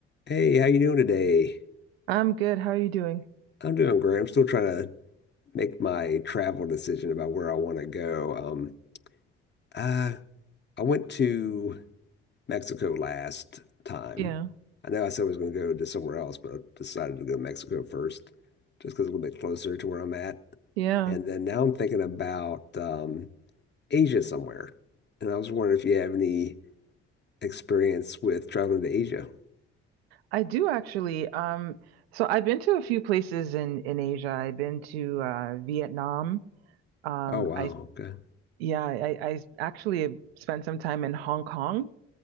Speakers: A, on the left (about 35°); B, on the right (about 80°).
A: Hey, how you doing today?
B: I'm good. How are you doing?
A: I'm doing great. I'm still trying to make my travel decision about where I want to go. Um, uh, I went to Mexico last time.
B: Yeah.
A: I know I said I was going to go to somewhere else, but I decided to go to Mexico first, just because it's a little bit closer to where I'm at.
B: Yeah.
A: And then now I'm thinking about um, Asia somewhere. And I was wondering if you have any experience with traveling to Asia.
B: I do actually. Um, so I've been to a few places in in Asia. I've been to uh Vietnam. Um,
A: Oh, wow.
B: I
A: Okay.
B: yeah, I I actually spent some time in Hong Kong